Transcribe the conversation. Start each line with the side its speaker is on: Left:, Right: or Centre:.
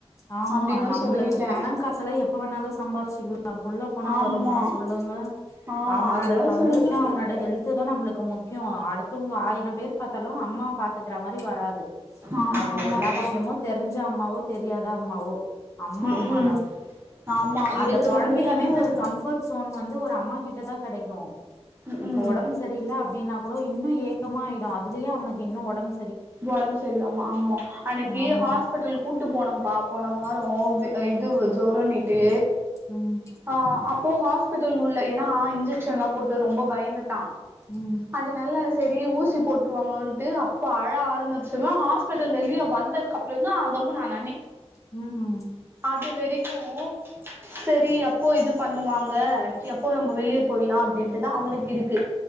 Left: ஆமா
Right: அப்டின்னு
Left: நம்ளுக்கு
Right: சொல்லிட்டே
Left: பண காசலா எப்ப வேணாலு சம்பார்ச்சுக்குலா புள்ள போனா
Right: ஆமா
Left: வருமா சொல்லுங்க
Right: ஆ
Left: அவனோட
Right: அதுதா
Left: சந்தோஷோ
Right: சொன்னே நானு
Left: அவனோட ஹெல்து தா நம்ளுக்கு முக் கியோ அடுத்தவ்ங்க ஆயிரம் பேர் பாத்தாலு அம்மா பாத்துக்கிற மாரி வராது
Right: ஆமா
Left: அது
Right: ஆமாப்பா
Left: எல்லா விஷ்யமு தெரிஞ்ச அம்மாவோ தெரியாதா அம்மாவோ அம்மா
Right: ம்
Left: அம்மா
Right: ம்
Left: தா
Right: ஆமா
Left: அந்த
Right: இருக்குற
Left: கொழந்தைக்குமே
Right: உண்மையே அதுதான
Left: ஒரு கம்ஃபர்ட் சோன் வந்து ஒரு அம்மா கிட்ட தா கெடைக்கு
Right: ம்
Left: இப்போ
Right: ம்
Left: ஒடம் சரியில்ல அப்டின்னா கூடோ இன்னு ஏக்கமா ஆய்ரு அதுலியே அவனுக்கு இன்னு ஒடம்
Right: ஒடம்பு சரில்லாமா ஆமா அன்னைக்கி
Left: ஆமா
Right: ஹாஸ்பிட்டல் கூட்டு போனம் பாப்போ நா வாரோ வெ அ இதுவு ஜொரோணிட்டு
Left: ம்
Right: ஆஹ் அப்போ ஹோஸ்பிட்டல் உள்ள னா இன்ஜெக்ஷன் லாம் போட்டு ரொம்ப பயந்துட்டான்
Left: ம்
Right: அதுனால்ல செரி ஊசி போட்ருவாங்களோன்ட்டு அப்ப அழ ஆரம்பிவன் ஹாஸ்பிட்டல் வெளிய வந்ததுக்கு அப்றந் தா கம்முனு ஆனானே
Left: ம்
Right: அது வெறிக்கும் செரி அப் ப்போ இது பண்ணுவாங்க எப்போ நம்ம வெளிய போயிலா அப்டின்ட்டுதா அவனுக் இருக்கு